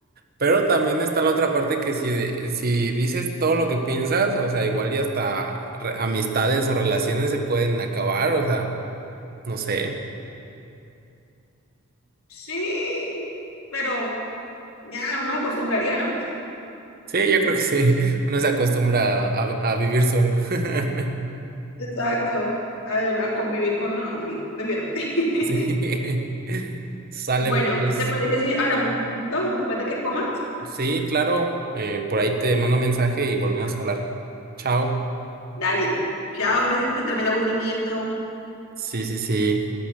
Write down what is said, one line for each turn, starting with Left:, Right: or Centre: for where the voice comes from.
Right: Pero también está la otra parte que si, de- si dices todo lo que piensas, o sea, igual y hasta re- amistades o relaciones se pueden acabar, o sea. No sé.
Left: sí, pero ya uno acostumbraría, ¿no?
Right: Sí, yo creo que sí. <laughs> Uno se acostumbra a, a- vivir solo. <laughs>
Left: Exacto, a, a convivir con no, sí, prefiero. <laughs>
Right: Sí. Sale
Left: Bueno,
Right: pues.
Left: ¿te parece
Right: po-
Left: si hablamos un poquito después de que comas?
Right: Sí, claro. Eh, por ahí te mando mensaje y
Left: Listo.
Right: volvemos a hablar. Chao.
Left: Dale. Chao, gracias por quitarme el aburrimiento.
Right: Sí, sí, sí.